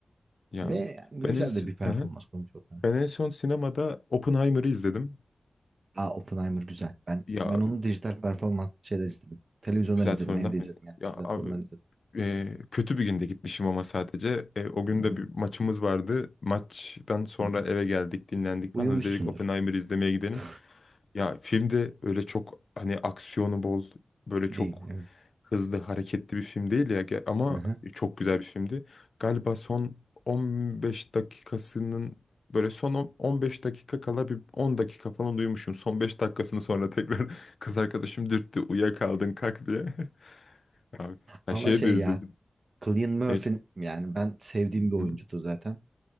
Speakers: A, on the left; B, on the right.
A: Ya
B: Ve yani
A: ben
B: güzel
A: en, s-
B: de bir performans
A: Hı hı.
B: koymuş ortaya.
A: ben en son sinemada Oppenheimer'ı izledim.
B: Aa Oppenheimer güzel. Ben
A: Ya
B: ben onu dijital performans şeyler izledim. Televizyondan
A: platformdan
B: izledim, evde izledim
A: mı izledim?
B: yani.
A: Ya
B: Platformdan
A: abi
B: izledim.
A: e, kötü bir günde gitmişim ama sadece. E, o gün
B: Hmm,
A: de bir maçımız vardı. Maçtan sonra
B: Hı hı.
A: eve geldik, dinlendik
B: Uyumuşsundur.
A: falan. Hadi Dedik Oppenheimer'ı izlemeye gidelim.
B: <laughs>
A: Ya filmde öyle çok hani aksiyonu bol, böyle
B: Değil,
A: çok
B: evet.
A: hızlı hareketli bir film değil ya Ge- ama
B: Hı hı.
A: çok güzel bir filmdi. Galiba son 15 dakikasının böyle son on- 15 dakika kala bir 10 dakika falan uyumuşum. Son 5 dakikasını sonra tekrar <laughs> kız arkadaşım dürttü uyuyakaldın kalk diye. <laughs> Abi,
B: Ama
A: ya şeye
B: şey
A: de üzüldüm.
B: ya, Cillian Murphy
A: Evet,
B: yani ben sevdiğim
A: hı
B: bir oyuncudur
A: hı.
B: zaten.